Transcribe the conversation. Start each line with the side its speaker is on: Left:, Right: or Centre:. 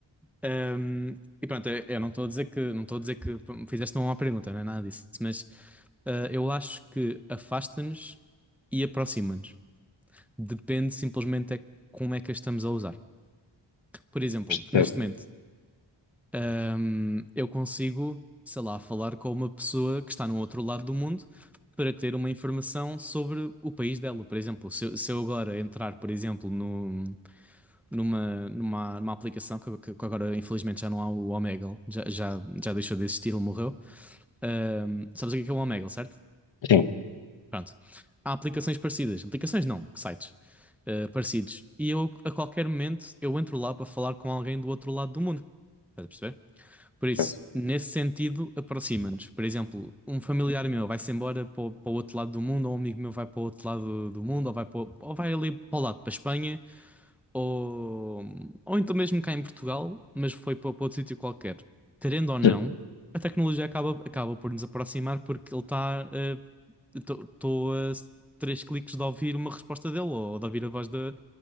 Centre: Um, e pronto, eu, eu não estou a dizer que não estou a dizer que p- me fizeste uma má pergunta, não é nada disso, mas uh, eu acho que afasta-nos e aproxima-nos. Depende simplesmente é como é que a estamos a usar. Por exemplo,
Left: percebo.
Centre: neste momento, um, eu consigo, sei lá, falar com uma pessoa que está no outro lado do mundo para ter uma informação sobre o país dela. Por exemplo, se, eu- se eu agora entrar, por exemplo, no, numa, numa, numa aplicação que, que- agora infelizmente já não há o Omegle, já, já, já deixou de existir, ele morreu. Ahm, sabes o que é que é o Omegle, certo?
Left: Sim,
Centre: Pronto. Há aplicações parecidas, aplicações não, sites ah, parecidos. E eu, a qualquer momento, eu entro lá para falar com alguém do outro lado do mundo. Estás a perceber? Por isso,
Left: certo,
Centre: nesse sentido, aproxima-nos. Por exemplo, um familiar meu vai-se embora para o, para o outro lado do mundo, ou um amigo meu vai para o outro lado do mundo, ou vai, para o- ou vai ali para o lado, para a Espanha ou, ou então mesmo cá em Portugal, mas foi para, para outro sítio qualquer. Querendo ou não,
Left: certo,
Centre: a tecnologia acaba, acaba por nos aproximar porque ele está. Estou a s- três cliques de ouvir uma resposta dele ou de ouvir a voz de-